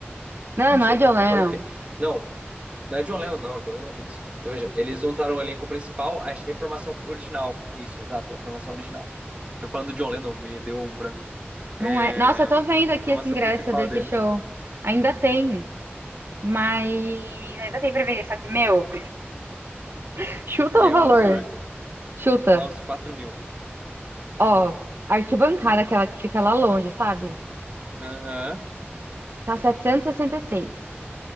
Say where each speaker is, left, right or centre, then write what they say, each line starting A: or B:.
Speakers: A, on the right (about 60°); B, on the right (about 30°).
A: Não,
B: Não,
A: não
B: sei.
A: é John Lennon.
B: Agora eu fiquei. Não, não é John Lennon, não. John Lennon é Beatles. Então, veja, eles juntaram o elenco principal, acho que é a formação original. Isso, exato, é a formação original. Eu falando do John Lennon, me deu um branco.
A: Não
B: É
A: é. Nossa, eu tô vendo aqui
B: a formação
A: esse ingresso
B: principal
A: desse
B: deles.
A: show. Ainda tem, mas ainda tem pra vender. Só que, meu, <laughs> chuta
B: É
A: o valor.
B: um absurdo.
A: Chuta.
B: Ah, uns 4 mil.
A: Ó, a arquibancada, aquela que fica lá longe, sabe?
B: Aham.
A: Tá setecentos e e sessenta e seis.